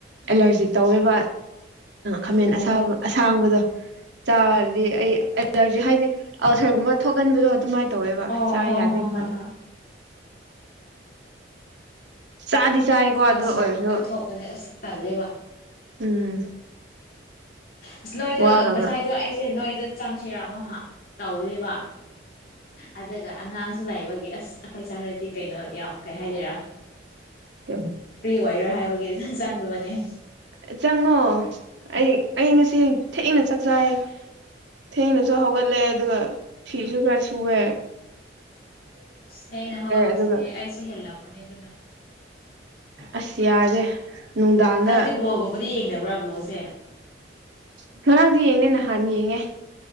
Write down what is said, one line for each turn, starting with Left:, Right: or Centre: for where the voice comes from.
Right: ꯑꯦꯂꯔꯖꯤꯛ ꯇꯧꯋꯦꯕ ꯈꯥꯃꯦꯟ
Left: ꯑꯣ
Right: ꯑꯁꯥꯕ ꯑꯁꯥꯡꯕꯗꯣ ꯆꯥꯔꯗꯤ ꯑꯩ ꯑꯦꯂꯔꯖꯤ ꯍꯥꯏꯗꯤ ꯑꯜꯁꯔꯒꯨꯝꯕ ꯊꯣꯛꯍꯟꯕꯗꯣ ꯑꯗꯨꯃꯥꯏ ꯇꯧꯋꯦꯕ ꯆꯥ
Left: ꯑꯣ ꯍꯣ
Right: ꯌꯥꯗꯦ
Left: ꯍꯣ ꯍꯣꯏ ꯍꯣꯏ
Right: ꯆꯥꯗꯤ ꯆꯥꯏꯒꯣ ꯑꯗꯨ
Left: ꯑꯜꯁꯔꯒꯨꯝꯕ
Right: ꯑꯣꯏꯔꯁꯨ
Left: ꯊꯣꯛꯄꯁꯦ ꯑꯁ ꯇꯜꯂꯦꯕ
Right: ꯎꯝ
Left: ꯑꯁ ꯅꯣꯏꯗ
Right: ꯋꯥꯒ
Left: ꯉꯁꯥꯏꯗꯣ
Right: ꯉꯥ
Left: ꯑꯩꯁꯦ ꯅꯣꯏꯗ ꯆꯪꯁꯤꯔꯃꯣꯍꯥ ꯇꯧꯕꯅꯦꯕ ꯑꯗꯨꯒ ꯑꯉꯥꯡꯁꯨ ꯂꯥꯏꯕꯒꯤ ꯑꯁ ꯑꯩꯈꯣꯏ ꯆꯪꯔꯗꯤ ꯀꯩꯅꯣ ꯌꯥꯝ ꯀꯩ ꯍꯥꯏꯗꯣꯏꯔꯥ
Right: ꯎꯝ
Left: ꯐ꯭ꯔꯤ ꯑꯣꯏꯔꯣꯏ ꯍꯥꯏꯕꯒꯤ ꯑꯗꯨ ꯆꯪꯗꯕꯅꯤ
Right: ꯑꯦ ꯆꯪꯉꯣ ꯑꯩ ꯑꯩ ꯉꯁꯤ ꯊꯦꯡꯅ ꯆꯥꯛ ꯆꯥꯏ ꯊꯦꯡꯅꯁꯨ ꯍꯧꯒꯠꯂꯦ ꯑꯗꯨꯒ ꯐꯤꯁꯨ ꯈꯔ ꯁꯨꯋꯦ
Left: ꯊꯦꯡꯅ ꯍꯧꯒꯠꯄꯁꯤꯗꯤ
Right: ꯑꯗꯨꯒ
Left: ꯑꯩꯁꯨ ꯍꯦꯜꯂꯝꯒꯅꯤ ꯑꯗꯨꯅ
Right: ꯑꯁ ꯌꯥꯗꯦ ꯅꯨꯡꯗꯥꯡꯗ
Left: ꯅꯪꯗꯤ ꯕꯣꯜꯒꯨꯝꯕꯗꯤ ꯌꯦꯡꯅꯕ꯭ꯔꯥ ꯕꯣꯜꯁꯦ
Right: ꯉꯔꯥꯡꯗꯤ ꯌꯦꯡꯅꯦ ꯅꯍꯥꯟ ꯌꯦꯡꯉꯦ